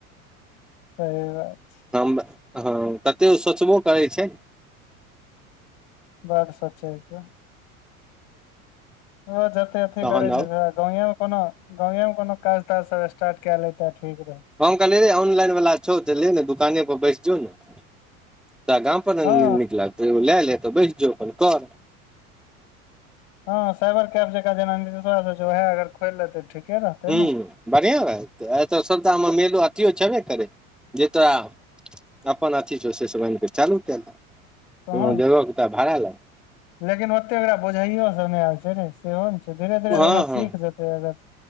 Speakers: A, on the left; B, in the centre.
A: सही बात छै
B: हम हँ कतेक सोचबो करै छै
A: बड सोचै छै ओ जते अथी
B: तहन
A: करे छै
B: आउ
A: गांवेमे कोनो गांवेमे कोनो काज ताज सब स्टार्ट कए लेतै ठीक रहै
B: हम कहले रे ऑनलाइन वाला छौ त ले ने दुकाने पर बैस जो ने गाम अपन न
A: हँ
B: नै नीक लागतौ ओ लए ले तऽ बैस जो अपन कर
A: हँ साइबर कैब जक जेना न उएह अगर खोल लेतै ठीके रहतै
B: ह्मँ
A: ने
B: बढ़िआँ हऽ एहि तऽ सभटामे मेलो अथियो छेबे करै जे तोरा अपन अथी ज से से आन कऽ चालू कए ल कोनो
A: तहन
B: जगह कें तोरा भारा लगतौ
A: लेकिन ओतेक ओकरा बुझाइयो सब नहि आबै छै रे सेहो ने छै धीरे धीरेऽ
B: हँ
A: ओना
B: हँ
A: सीख जेतै अगर